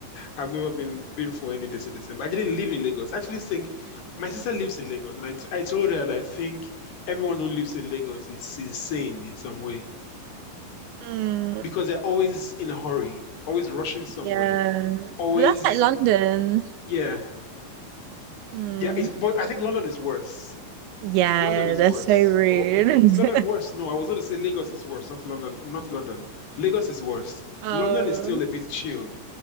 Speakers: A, on the left; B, on the right.
A: I've never been been for any desert December. I didn't live in Lagos. I actually think my sister lives in Lagos, and I t- I told her that I think everyone who lives in Lagos is insane in some way.
B: Mm.
A: because they're always in a hurry, always rushing somewhere,
B: Yeah.
A: always,
B: But that's like London.
A: yeah,
B: Mm.
A: yeah. It's, but I think London is worse.
B: Yeah,
A: London is
B: that's
A: worse.
B: so rude.
A: Or is London worse?
B: <laughs>
A: No, I was going to say Lagos is worse, not London, not London. Lagos is worse.
B: Oh,
A: London is still a bit chilled.